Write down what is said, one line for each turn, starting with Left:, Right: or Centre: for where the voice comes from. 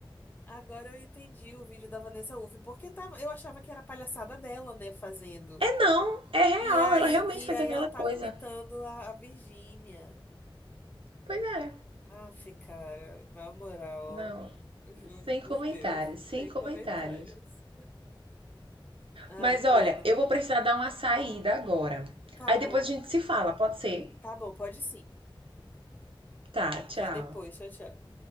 Left: Agora eu entendi o vídeo da Vanessa Uff, porque tava, eu achava que era palhaçada dela, né, fazendo.
Right: É não, é real,
Left: E aí,
Right: ela realmente
Left: e
Right: fez
Left: aí
Right: aquela
Left: ela tava
Right: coisa.
Left: imitando a, a Virgínia.
Right: Pois é.
Left: Aff, cara, na moral,
Right: Não,
Left: ó, eu juro
Right: sem
Left: por
Right: comentários,
Left: Deus,
Right: sem
Left: sem
Right: comentários.
Left: comentários. Ai,
Right: Mas
Left: podre.
Right: olha, eu vou precisar dar uma saída agora.
Left: Tá
Right: Aí
Left: bom,
Right: depois a gente se fala, pode ser?
Left: tá bom, pode sim.
Right: Tá, tchau.
Left: Até depois, tchau, tchau.